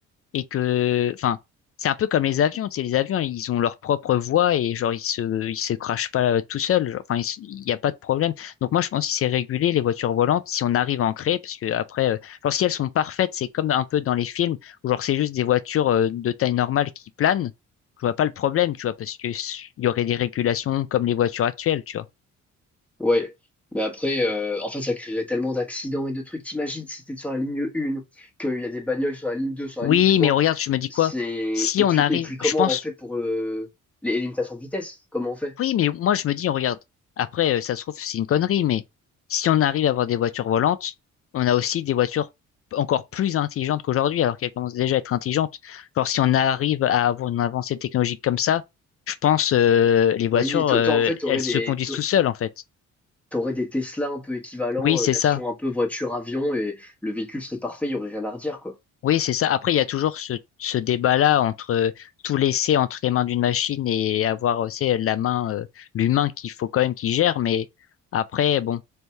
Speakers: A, on the left; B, in the centre.
A: et que, enfin, c'est un peu comme les avions, tu sais, les avions, ils ont leur propre voie et genre, ils se, ils se crashent pas euh, tout seuls, Genre, enfin, ils se- il n'y a pas de problème. Donc moi, je pense que c'est régulé, les voitures volantes, si on arrive à en créer, parce que après, euh, genre, si elles sont parfaites, c'est comme un peu dans les films, où genre, c'est juste des voitures euh, de taille normale qui planent, je vois pas le problème, tu vois, parce que s- il y aurait des régulations comme les voitures actuelles, tu vois.
B: Ouais. Mais après, euh, en fait, ça créerait tellement d'accidents et de trucs. T'imagines si t'es sur la ligne 1, qu'il y a des bagnoles sur la ligne 2, sur
A: Oui,
B: la ligne 3.
A: mais regarde, je me dis
B: C'est...
A: quoi? Si
B: Et
A: on
B: puis,
A: arrive,
B: et puis comment
A: je pense,
B: on fait pour euh, les les limitations de vitesse? Comment on fait?
A: Oui, mais moi je me dis, on regarde, après, euh, ça se trouve, c'est une connerie, mais si on arrive à avoir des voitures volantes, on a aussi des voitures encore plus intelligentes qu'aujourd'hui, alors qu'elles commencent déjà à être intelligentes. Genre, si on arrive à avoir une avancée technologique comme ça, je pense euh, les voitures,
B: Oui, to-
A: euh,
B: toi, en fait, t'aurais
A: elles se
B: des,
A: conduisent tout seules, en fait.
B: tu aurais des Tesla un peu équivalents,
A: Oui, c'est
B: euh, version
A: ça.
B: un peu voiture-avion, et le véhicule serait parfait, il n'y aurait rien à redire, quoi.
A: Oui, c'est ça. Après, il y a toujours ce, ce débat-là entre euh, tout laisser entre les mains d'une machine et avoir, euh, c'est la main, euh, l'humain qu'il faut quand même qu'il gère, mais après, bon.